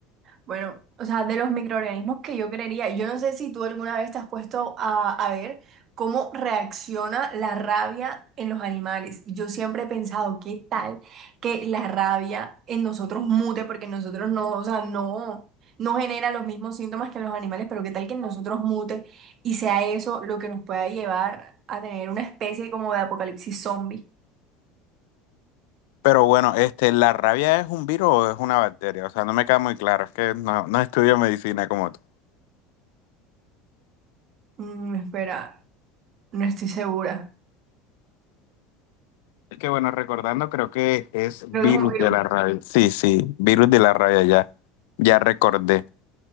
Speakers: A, on the right (about 45°); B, on the left (about 75°).
A: Bueno, o sea, de los microorganismos que yo creería, yo no sé si tú alguna vez te has puesto a, a ver cómo reacciona la rabia en los animales. Yo siempre he pensado, ¿qué tal que la rabia en nosotros mute? Porque nosotros no, o sea, no, no genera los mismos síntomas que en los animales, pero ¿qué tal que en nosotros mute y sea eso lo que nos pueda llevar a tener una especie como de apocalipsis zombie?
B: Pero bueno, este, ¿la rabia es un virus o es una bacteria? O sea, no me queda muy claro, es que no, no estudio medicina como tú.
A: Mm, espera, no estoy segura.
B: Es Que bueno, recordando, creo que es virus
A: Creo que es un virus.
B: de la rabia. Sí, sí, virus de la rabia, ya. Ya recordé.